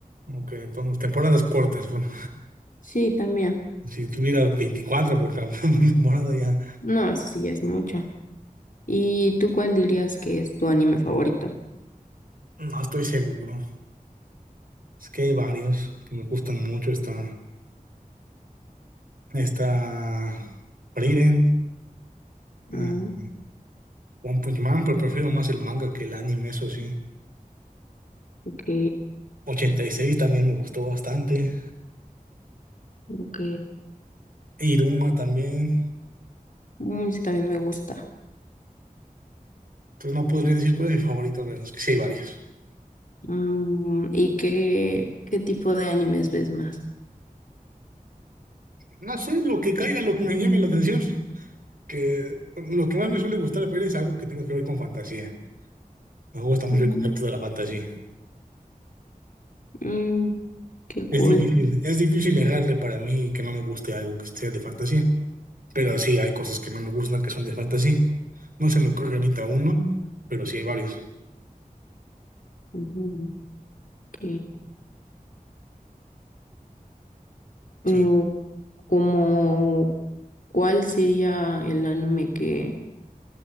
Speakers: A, on the right; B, on the left.
A: Ok, entonces temporadas cortas. Bueno,
B: Sí, también.
A: si tuviera 24 por cap- <laughs> temporada ya
B: No, eso sí ya es mucho. ¿Y tú cuál dirías que es tu anime favorito?
A: no estoy seguro. Es que hay varios que me gustan mucho. Está, está Frieren,
B: Mm,
A: ah, One Punch Man, pero prefiero más el manga que el anime, eso sí.
B: ok,
A: 86 también me gustó bastante.
B: ok.
A: Iruma también.
B: Mm, sí, también me gusta.
A: Entonces no podría decir cuál es mi favorito, pero es que sí hay varios.
B: Mm, ¿y qué, qué tipo de animes ves más?
A: No sé, lo que caiga, lo que me llame la atención, que lo que más me suele gustar ver es algo que tenga que ver con fantasía. Me gusta mucho
B: Mm,
A: el concepto de la fantasía.
B: mm, qué cool.
A: Es difícil, es difícil errarle para mí que no me guste algo que sea de fantasía. Pero sí, hay cosas que no me gustan que son de fantasy. No se me ocurre ahorita uno, pero sí hay varios.
B: Mm, Ok. Mm,
A: Sí.
B: como, ¿cuál sería el anime que